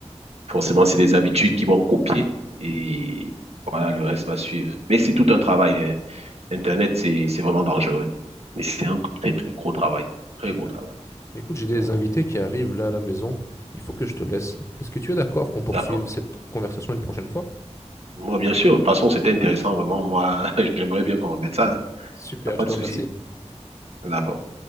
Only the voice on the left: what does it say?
tout
à
fait.
Mais écoute, j'ai des
invités qui arrivent là à la maison, il faut que je te laisse. Est-ce que tu es d'accord qu'on poursuive
cette conversation une prochaine fois?
Super,
je
te
remercie.